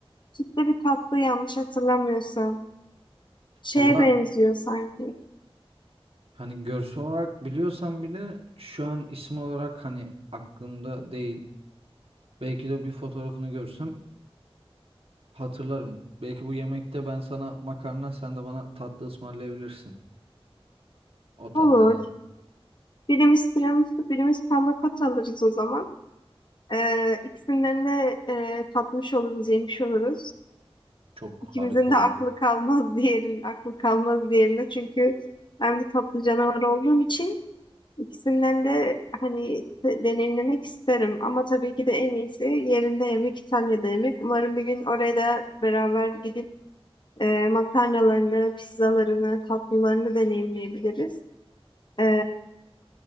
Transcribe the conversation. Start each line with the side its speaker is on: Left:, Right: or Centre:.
Left: Sütlü bir tatlı yanlış hatırlamıyorsam. Şeye
Right: Allah
Left: benziyor sanki.
Right: hani görsel olarak biliyorsam bile şu an isim olarak hani aklımda değil. Belki de bir fotoğrafını görsem hatırlarım. Belki bu yemekte ben sana makarna sen de bana tatlı ısmarlayabilirsin. O tatlıdan.
Left: Olur. Birimiz tiramisu, birimiz panna cotta alırız o zaman. Ee, ikisinden de e, tatmış oluruz, yemiş oluruz.
Right: Çok
Left: İkimizin
Right: harika
Left: de
Right: olur.
Left: aklı kalmaz diğerinin, aklı kalmaz diğerine. Çünkü ben bir tatlı canavar olduğum için İkisinden de hani de- deneyimlemek isterim ama tabii ki de en iyisi yerinde yemek, İtalya'da yemek. Umarım bir gün oraya da beraber gidip e, makarnalarını, pizzalarını, tatlılarını deneyimleyebiliriz. E,